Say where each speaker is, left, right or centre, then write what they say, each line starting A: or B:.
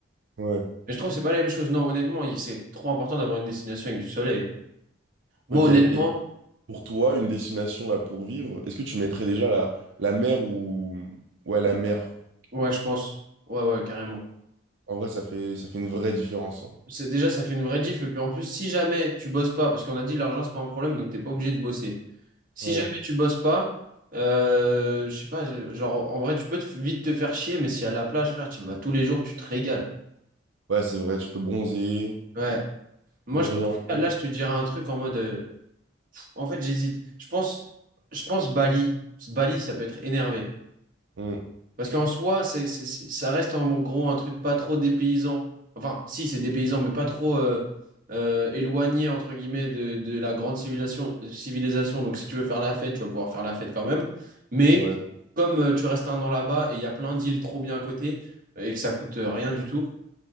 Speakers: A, on the right; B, on the right.
A: Ouais.
B: Mais je trouve que c'est pas la même chose. Non, honnêtement, il- c'est trop important d'avoir une destination avec du soleil. Moi,
A: Ok.
B: honnêtement,
A: Et pour toi, une destination là pour vivre, est-ce que tu mettrais déjà la, la mer ou... Ouais, la mer.
B: ouais, je pense. Ouais, ouais, carrément.
A: En vrai, ça fait, ça fait une vraie différence. hein.
B: C'est, déjà, ça fait une vraie diff, et puis en plus, si jamais tu bosses pas, parce qu'on a dit l'argent, c'est pas un problème, donc t'es pas obligé de bosser. Si
A: Ouais.
B: jamais tu bosses pas, euh, je sais pas, genre en vrai tu peux te- vite te faire chier, mais si à la plage, frère, tu vas tous les jours, tu te régales.
A: Ouais, c'est vrai, tu peux bronzer,
B: Ouais. Moi
A: ne
B: je
A: rien
B: pense
A: faire.
B: que là, je te dirais un truc en mode euh, en fait j'hésite. Je pense je pense Bali. Bali, ça peut être énervé.
A: Mm.
B: Parce qu'en soi, c'est, c'est- c'est- ça reste en gros un truc pas trop dépaysant. Enfin, si, c'est dépaysant, mais pas trop euh, euh, éloigné, entre guillemets, de, de la grande civilisation, civilisation. Donc, si tu veux faire la fête, tu vas pouvoir faire la fête quand même. Mais
A: Ouais.
B: comme euh, tu restes un an là-bas et il y a plein d'îles trop bien à côté euh, et que ça coûte euh, rien du tout,